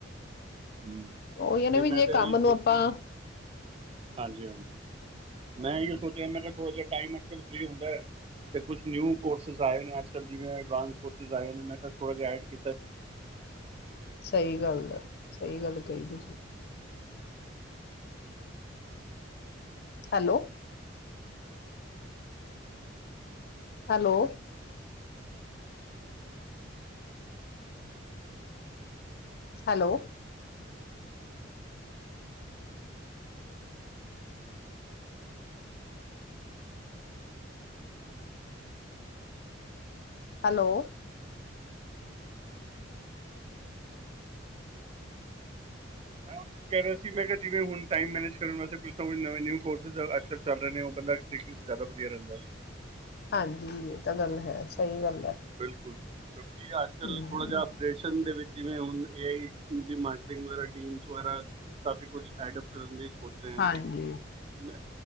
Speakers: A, on the right; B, on the left.
A: ਹਮ
B: ਉਹੀ ਨੇ
A: ਤੇ
B: ਵੀ
A: ਮੈਂ
B: ਜੇ
A: ਤਾਂ
B: ਕੰਮ
A: ਇਹੀ ਸੋਚ
B: ਨੂੰ ਆਪਾਂ
A: ਰਿਹਾ ਹਾਂਜੀ ਹਾਂਜੀ ਮੈਂ ਇਹੀਓ ਸੋਚ ਰਿਹਾ ਮੈਂ ਕਿਹਾ ਥੋੜਾ ਜਿਹਾ ਟਾਈਮ ਅੱਜ ਕਲ ਫਰੀ ਹੁੰਦਾ ਹੈ ਤੇ ਕੁਛ ਨਿਊ ਕੋਰਸ ਸਾਹਿਬ ਨੇ ਆਜਕਲ ਜੀਵੇੈਂ ਐਡਵਾਂਸ ਕੋਰਸਿਜ਼ ਆਏ ਨੇ ਮੈਂ ਤ ਥੋੜ੍ਹਾ ਜੇਹਾ ਐਡ ਕੀਤੈ
B: ਸਹੀ ਗੱਲ ਹੈ ਸਹੀ ਗੱਲ ਕਹੀ ਤੁਸੀਂ ਹੈਲੋ ਹੈਲੋ ਹੈਲੋ ਹੈਲੋ
A: ਮੈਂ ਕਹਿ ਰਿਹਾ ਸੀ ਮੈਂ ਕਿਹਾ ਜਿਵੇਂ ਹੁਣ ਟਾਈਮ ਮੈਨੇਜ ਕਰਨ ਵਾਸਤੇ ਕੁਜ ਨਵੇ ਨਵੇ ਨਿਯੁ ਕੋਰਸ ਅ ਚੱਲ ਰਹੇ ਨੇ ਹੋ ਉਹ ਬੰਦਾ ਸਿਖ ਦੇ ਤੇ ਜ਼ਿਆਦਾ ਵਧੀਆ ਰਹਿੰਦਾ ਹੈ
B: ਹਾਂਜੀ ਤਾਂ ਗੱਲ ਹੈ
A: ਹੈਨਾ
B: ਸਹੀ ਗੱਲ ਹੈ
A: ਬਿਲਕੁਲ ਕਿਉਂਕਿ ਅੱਜ ਕਲ
B: ਹਮ
A: ਥੋੜਾ ਜਿਹਾ ਅਪਡੇਸ਼ਨ ਦੇ ਵਿੱਚ ਜਿਵੇਂ ਹੁਣ ਏ ਆਈ ਦੀ ਮਾਰਕੀਟਿੰਗ ਵਗੈਰਾ ਟੀਮਸ ਵਗੈਰਾ ਕਾਫ਼ੀ ਕੁਛ ਐਡ ਅਪ ਕਰਨ ਦੀ ਸੋਚ ਰਹੇ ਹਾਂ
B: ਹਾਂਜੀ
A: ਅਸੀ ਮੈਂ